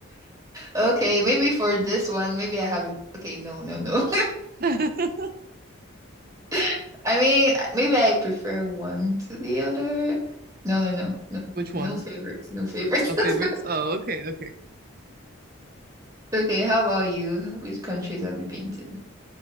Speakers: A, on the right; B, on the right.
A: Okay, maybe for this one, maybe I have a, okay, no, no, no.
B: <laughs> Wh-
A: <laughs> I mean, maybe I prefer one to the other. No, no, no, no.
B: Which one?
A: No favorites, no favorites.
B: The
A: <laughs>
B: favorites? Oh, okay, okay.
A: Okay, how about you? Which countries have you been to?